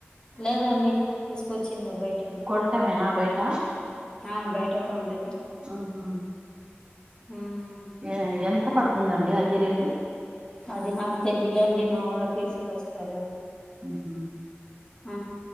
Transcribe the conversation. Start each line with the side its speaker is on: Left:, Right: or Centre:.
Left: లేదండి తీసుకొచ్చింది బయట
Right: కొంటమేనా బయట
Left: ఆ బయట కొంటమే
Right: హా హూ
Left: ఉమ్
Right: ఏ ఎంత పడుతుందండి అది రేటు
Left: అది నాకు తెలీదండి మా వారు తీసుకొస్తారు
Right: హ్మ్ హూ
Left: ఆ